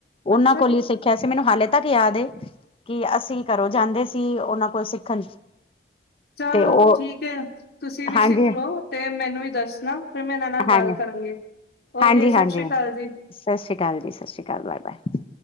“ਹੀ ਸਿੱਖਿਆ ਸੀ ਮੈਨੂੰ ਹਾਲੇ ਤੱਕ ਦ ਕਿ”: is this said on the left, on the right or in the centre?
Left